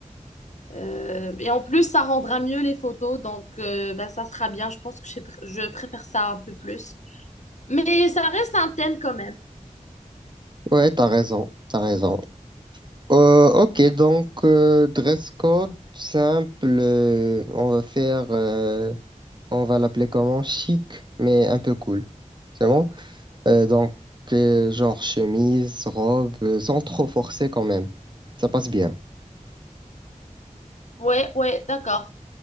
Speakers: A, on the left (about 60°); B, on the right (about 35°).
A: euh, et en plus, ça rendra mieux les photos, donc euh, bah, ça sera bien. Je pense que je, pr- je préfère ça un peu plus. Mais ça reste un thème quand même.
B: Ouais, t'as raison, t'as raison. Euh, ok, donc euh, dress code simple, euh, on va faire... euh, on va l'appeler comment? Chic, mais un peu cool. C'est bon? Euh, donc, euh, genre chemise, robe, euh, sans trop forcer quand même. Ça passe bien.
A: Ouais, ouais, d'accord.